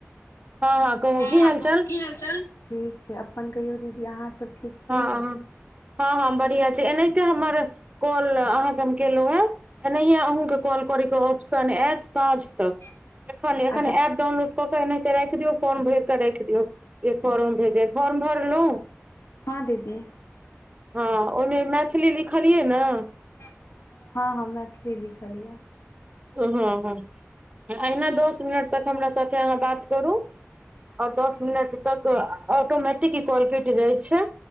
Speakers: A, on the right; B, on the left.
A: हँ हँ कहू
B: हाँ
A: की हाल
B: कहियों
A: चाल
B: की हाल चाल ठीक छै अपन कहियौ दीदी अहाँ सब ठीक छी
A: हँ हँ <inaudible> हँ हँ बढ़िआँ छै एनाहिते हमर कॉल अहाँकेँ हम केलहुँ हऽ एनाहिये अहुँ कॉल करे के ऑप्शन ऐत साँझ तक
B: तक
A: एखन नै एखन एप डाउनलोड कऽ भेर ओनाहितै राखि दियौ फॉर्म भर केँ रख दियौ जे फॉर्म भेजे फॉर्म भरलु
B: हँ दीदी
A: हँ ओइम मैथिली लिखलियै नऽ
B: <inaudible> हँ हँ मैथिली लिखलिय
A: <unintelligible> अहिना दस मिनट तक हमरा साथे अहाँ बात करु और दस मिनट तक तऽ ऑटोमेटिक इ कॉल कैट जाय छै